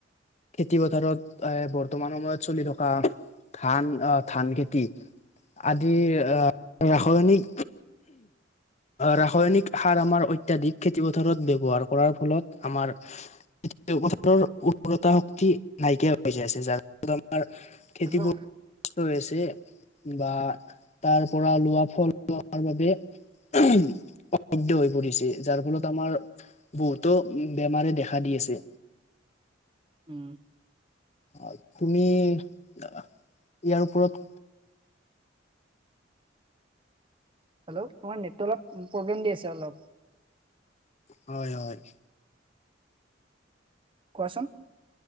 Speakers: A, on the left (about 35°); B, on the right (about 25°).
A: খেতি পথাৰত এ বৰ্তমান সময়ত চলি থকা ধান আহ ধান খেতি আদি ৰাসায়নিক ৰাসায়নিক সাৰ আমাৰ অত্যধিক খেতি পথাৰত ব্যৱহাৰ কৰাৰ ফলত আমাৰ খেতিপথাৰৰ উৰ্বৰতা শক্তি নাই কিয় পজেছে যম <unintelligible> খেতিবোৰ
B: হেল্ল'
A: নষ্ট হৈছে বা তাৰ পৰা লোৱা ফল লোৱাৰ বাবে আধ্য <unintelligible> হৈ পৰিছে যাৰ ফলত আমাৰ বহুতো বেমাৰে দেখা দি আছে
B: উম।
A: অ' তুমি ইয়াৰ ওপৰত,
B: হেল্ল' তোমাৰ নেট অলপ প্ৰব্লেম দি আছে অলপ।
A: হয় হয়।
B: কোৱাচোন।